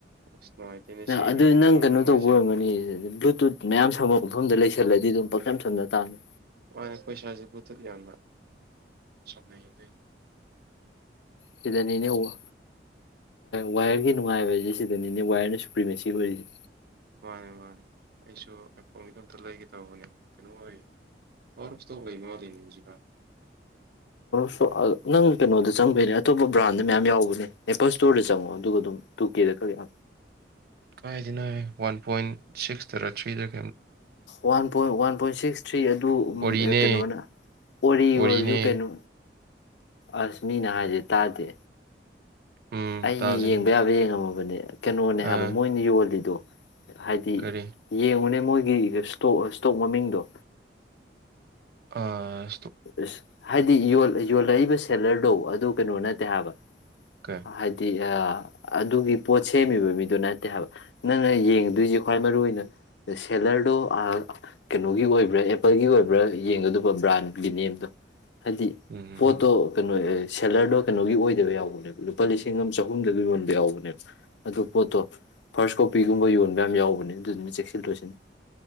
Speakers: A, on the right; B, on the left.
A: ꯑꯁ ꯅꯨꯡꯉꯥꯏꯇꯦꯅꯦ
B: ꯅꯪ
A: ꯁꯤꯒ
B: ꯑꯗꯨ
A: ꯍꯥꯏꯔꯗꯤ
B: ꯅꯪ
A: ꯀꯩꯅꯣꯅ
B: ꯀꯩꯅꯣ
A: ꯅꯨꯡꯉꯥꯏꯖꯩ
B: ꯇꯧꯕ ꯑꯣꯏꯔꯝꯒꯅꯤ ꯕ꯭ꯂꯨꯇꯨꯠ ꯃꯌꯥꯝ ꯁꯝꯃ ꯃꯐꯝꯗ ꯂꯩꯁꯜꯂꯗꯤ ꯑꯗꯨꯝ ꯄꯪꯁꯝ ꯁꯝꯅ ꯇꯥꯕꯅꯤ
A: ꯃꯥꯅꯦ ꯑꯈꫭꯏ ꯁꯥꯏꯁꯦ ꯕ꯭ꯂꯨꯇꯖꯠ ꯌꯥꯝꯅ ꯁꯝꯅꯩꯌꯦ ꯗꯨꯏꯅꯤ
B: ꯁꯤꯗꯅꯦꯅꯦ ꯋꯥ ꯋꯥꯌꯔꯒꯤ ꯅꯨꯡꯉꯥꯏꯕ ꯍꯥꯏꯁꯦ ꯁꯤꯗꯅꯦ ꯅꯤꯅꯦ ꯋꯥꯏꯌꯔꯅ ꯁꯨꯄ꯭ꯔꯤꯃꯦꯁꯤ ꯑꯣꯏꯔꯤꯁꯦ
A: ꯃꯥꯅꯦ ꯃꯥꯅꯦ ꯑꯩꯁꯨ ꯑꯩꯐꯣꯒꯤꯗꯝꯇ ꯂꯩꯒꯦ ꯇꯧꯕꯅꯦ ꯀꯩꯅꯣ ꯑꯣꯏꯌꯦ ꯑꯣꯔ ꯐꯇꯧ ꯂꯩ ꯃꯥꯜꯂꯤ ꯍꯧꯖꯤꯛꯀꯥꯟ
B: ꯁꯨ ꯅꯪ ꯀꯩꯅꯣꯗ ꯆꯪꯕꯅꯦ ꯑꯇꯣꯞꯄ ꯕ꯭ꯔꯥꯟ ꯑꯗ ꯃꯌꯥꯝ ꯌꯥꯎꯕꯅꯦ ꯑꯦꯄꯜ ꯏꯁ꯭ꯣꯔꯗ ꯆꯪꯉꯣ ꯑꯗꯨꯒ ꯑꯗꯨꯝ ꯇꯨꯀꯦꯗ ꯀꯛ ꯌꯥ
A: ꯀꯥꯏꯗꯩꯅꫭꯍꯦ ꯋꯥꯟ ꯄꯣꯏꯟ ꯁꯤꯛꯁꯇꯔꯥ ꯊ꯭ꯔꯤꯗ
B: one point one point six three ꯑꯗꯨ
A: ꯑꯣꯔꯤꯅꯦ
B: ꯑ ꯀꯩꯅꯣꯅ ꯑꯣꯔꯤ ꯑꯣꯏꯔꯁꯨ
A: ꯑꯣꯔꯤꯅꯦ
B: ꯀꯩꯅꯣ ꯑꯁꯃꯤꯅ ꯍꯥꯏꯁꯦ ꯇꯥꯗꯦ
A: ꯎꯝ
B: ꯑꯩꯅ
A: ꯇꯥꯖꯩ
B: ꯌꯦꯡꯕ ꯌꯥꯕ ꯌꯦꯡꯉꯝ ꯃ ꯕꯅꯦ ꯀꯩꯅꯣꯅꯦ
A: ꯑꯥ
B: ꯍꯥꯏꯕ ꯃꯣꯏꯅ ꯌꯣꯜꯂꯤꯗꯣ ꯍꯥꯏꯗꯤ
A: ꯀꯔꯤ
B: ꯌꯦꯡꯉꯨꯅꯦ ꯃꯣꯏꯒꯤ ꯏꯁꯇꯣꯛ ꯇꯣꯛ ꯃꯃꯤꯡꯗꯣ
A: ꯑꯥ
B: ꯏꯁ ꯍꯥꯏꯗꯤ ꯌꯣꯜ ꯌꯣꯂ ꯂꯏꯕꯁꯤ ꯁꯦꯂꯔꯗꯣ ꯑꯗꯨ ꯀꯩꯅꯣ ꯅꯠꯇ ꯇꯦ ꯍꯥꯏꯕ
A: ꯀꯩ
B: ꯍꯥꯏꯗꯤ ꯑ ꯑꯗꯨ ꯑꯗꯨꯒꯤ ꯄꯣꯠ ꯁꯦꯝꯃꯤꯕ ꯃꯤꯗꯨ ꯅꯠꯇꯦ ꯍꯥꯏꯕ ꯅꯪꯅ ꯌꯦꯡꯗꯣꯏꯁꯤ ꯈ꯭ꯋꯥꯏ ꯃꯔꯨꯏ ꯑꯣꯏꯅ ꯁꯦꯂꯔꯗꯣ ꯑꯥ ꯀꯩꯅꯣꯒꯤ ꯑꯣꯏꯕ꯭ꯔꯥ ꯑꯦꯄꯜꯒꯤ ꯑꯣꯏꯕ꯭ꯔꯥ ꯌꯦꯡꯒꯗꯕ ꯕ꯭ꯔꯥꯟ <unintelligible> ꯍꯥꯏꯗꯤ
A: ꯎꯝ
B: ꯄꯣꯠꯇꯣ ꯀꯩꯅꯣ <unintelligible> ꯁꯦꯂꯔꯗꯣ ꯀꯩꯅꯣꯒꯤ ꯑꯣꯏꯗꯕ ꯌꯥꯎꯕꯅꯦꯕ ꯂꯨꯄꯥ ꯂꯤꯁꯤꯡ ꯑꯃ ꯆꯍꯨꯝꯗ ꯌꯣꯟꯕ ꯌꯥꯎꯕꯅꯦꯕ ꯑꯗꯨ ꯄꯣꯠꯇꯣ ꯐꯥꯔꯁ ꯀꯣꯄꯤꯒꯨꯝꯕ ꯌꯣꯟꯕ ꯌꯥꯝ ꯌꯥꯎꯕꯅꯦ ꯑꯗꯨꯗꯨꯅ ꯆꯦꯛꯁꯤꯜꯂꯣꯏꯁꯤꯅꯤ